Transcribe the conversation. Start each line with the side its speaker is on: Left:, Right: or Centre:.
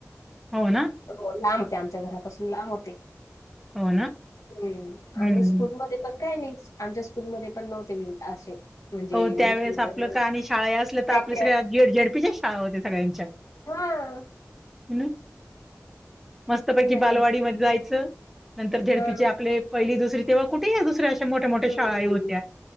Centre: हो ना?
Left: हो लांब होते आमच्यां घरांपासून लांब होते.
Centre: हो ना?
Left: हम्मं
Centre: हम्म.
Left: आणि स्कूंल मध्यें पणं कायं नाहीं आमच्यां स्कूंलमंध्ये नव्हते मुलं असे. म्हणजे
Centre: हो त्यांवेेळेस आपलं कां आणि शाळां ही असल्यां तरं
Left: त्याच्या
Centre: आपल्यां सगळ्यां झेडपीच्यां शाळां होत्यां सगळ्यांच्या.
Left: हां.
Centre: हं मस्तं पैकी
Left: नाही
Centre: बालवांडी मध्यें जायचं. नंतर झेडपीची
Left: हा.
Centre: आपले पहिली दुसरी तेव्हां कुठेही दुसऱ्यां अशा मोठ्यां
Left: हम्म.
Centre: मोठ्यां शाळां होत्यां.